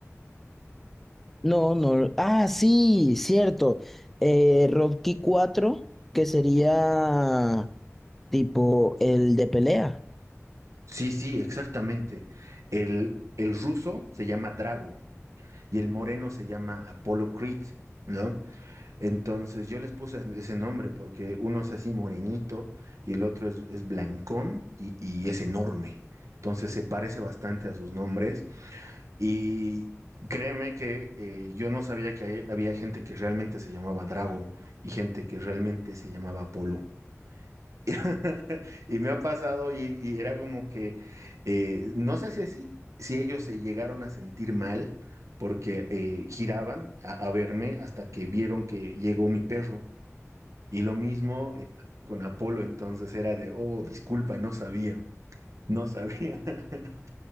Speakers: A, in the centre; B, on the right.
A: No, no. Ah, sí, cierto. Eh, Rocky cuatro, que sería tipo el de pelea.
B: Sí, sí, exactamente. El, el ruso se llama Drago y el moreno se llama Apollo Creed, ¿no? Entonces yo les puse ese nombre porque uno es así morenito y el otro es, es blancón y, y es enorme. Entonces se parece bastante a sus nombres y créeme que eh, yo no sabía que hay- había gente que realmente se llamaba Drago y gente que realmente se llamaba Apolo. <laughs> Y me ha pasado y, y era como que, eh, no sé si, si- si ellos se llegaron a sentir mal porque eh, giraban a, a verme hasta que vieron que llegó mi perro. Y lo mismo eh, con Apolo, entonces era de, oh, disculpa, no sabía, no sabía. <laughs>